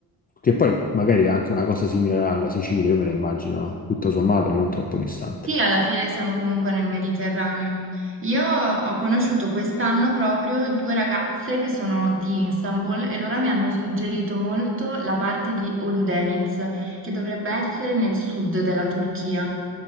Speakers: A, on the left; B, on the right.
A: che poi magari è anche una cosa simile alla Sicilia, io me la immagino tutto sommato non troppo distante.
B: Sì, alla fine siamo comunque nel Mediterraneo. Io ho conosciuto quest'anno proprio due ragazze che sono di Istanbul e loro mi hanno suggerito molto la parte di Oludeniz, che dovrebbe essere nel sud della Turchia